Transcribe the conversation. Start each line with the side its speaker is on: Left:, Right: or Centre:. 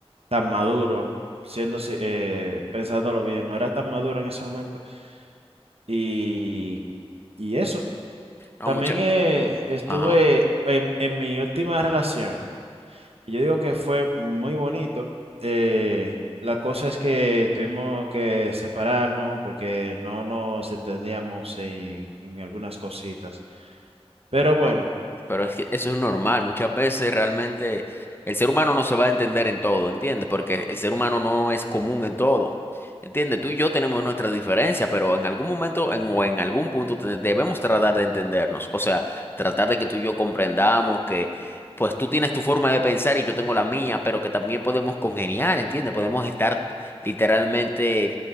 Right: tan maduro, siendo, si- eh, pensándolo bien, no era tan maduro en ese momento. Y, y eso.
Left: No,
Right: También
Left: mucha.
Right: eh, estuve
Left: Ajá.
Right: en, en mi última relación. y Yo digo que fue muy bonito. Eh, la cosa es que tuvimos que separarnos porque no nos entendíamos en, en algunas cositas. Pero bueno,
Left: No, pero es que eso es normal. Muchas veces realmente el ser humano no se va a entender en todo, ¿entiendes? Porque el ser humano no es común en todo. ¿Entiendes? Tú y yo tenemos nuestras diferencias, pero en algún momento en- o en algún punto te- debemos tratar de entendernos. O sea, tratar de que tú y yo comprendamos que pues tú tienes tu forma de pensar y yo tengo la mía, pero que también podemos congeniar, ¿entiendes? Podemos estar literalmente